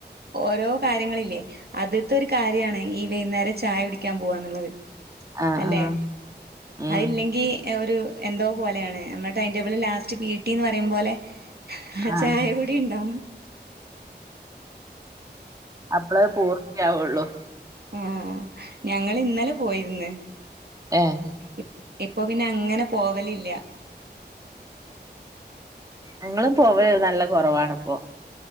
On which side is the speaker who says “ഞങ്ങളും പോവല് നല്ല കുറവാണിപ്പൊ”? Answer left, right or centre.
Right